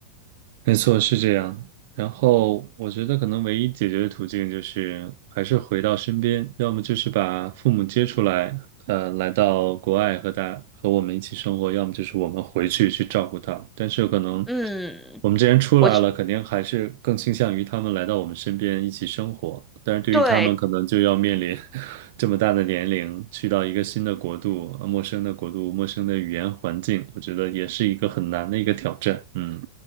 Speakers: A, on the right; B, in the centre.
A: 没错，是这样。然后我觉得可能唯一解决的途径就是还是回到身边，要么就是把父母接出来，呃，来到国外和大和我们一起生活，要么就是我们回去去照顾他。但是可能
B: 嗯，
A: 我们既然出来了，
B: 我觉
A: 肯定还是更倾向于他们来到我们身边一起生活。但是对于他们，
B: 对
A: 可能就要面临 <laughs> 这么大的年龄，去到一个新的国度、呃陌生的国度、陌生的语言环境，我觉得也是一个很难的一个挑战。嗯。